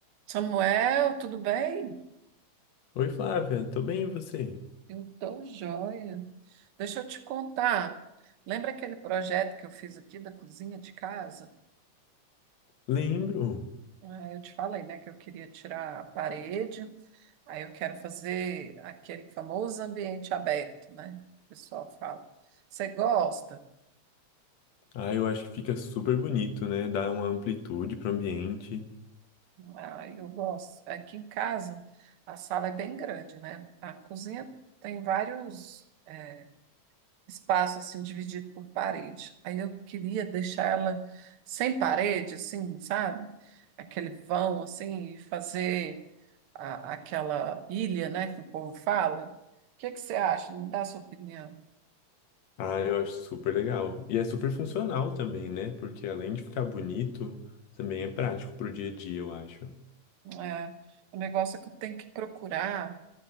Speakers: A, on the right; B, on the left.
A: Samuel, tudo bem?
B: Oi, Flávia, tô bem, e você?
A: Eu tô joia. Deixa eu te contar. Lembra aquele projeto que eu fiz aqui da cozinha de casa?
B: Lembro.
A: Ah, eu te falei, né, que eu queria tirar a parede. Aí eu quero fazer aquele famoso ambiente aberto, né? O pessoal fala. Você gosta?
B: Ah, eu acho que fica super bonito, né? Dá uma amplitude pro ambiente.
A: Ah, eu gosto. Aqui em casa, a sala é bem grande, né? A cozinha tem vários. eh, espaço assim dividido por parede. Aí eu queria deixar ela sem parede, assim, sabe? Aquele vão assim e fazer a- aquela ilha, né, que o povo fala. O que que você acha? Me dá a sua opinião.
B: Ah, eu acho super legal. E é super funcional também, né? Porque além de ficar bonito, também é prático pro dia a dia, eu acho.
A: É, o negócio é que eu tenho que procurar